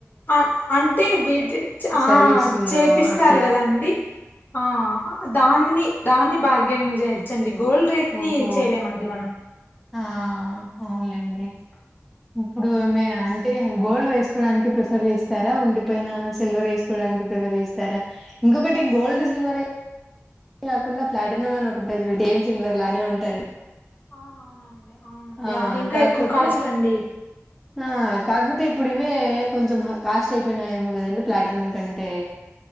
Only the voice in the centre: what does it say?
సర్వీస్
లో అట్లా
ఓహో
ఆ అవునులేండి ఇప్పుడు మీ ఆంటీ గోల్డ్ వేసుకోవడానికి ప్రిఫర్ చేస్తారా ఓంటిపైన సిల్వర్ ఎసుకోవడానికి ప్రిఫర్ చేస్తారా ఇంకొకటి గోల్డ్ సిల్వర్ ఏ కాకుండా ప్లాటినం అను ఒక ఉంటది చూడండి సేమ్ సిల్వర్ లానే ఉంటది
ఆ
కాకపోతే
ఆ కాకపోతే ఇప్పుడు ఇవే కొంచెం కాస్ట్ అయిపోయినాయేమో కదండి ప్లాటినం కంటే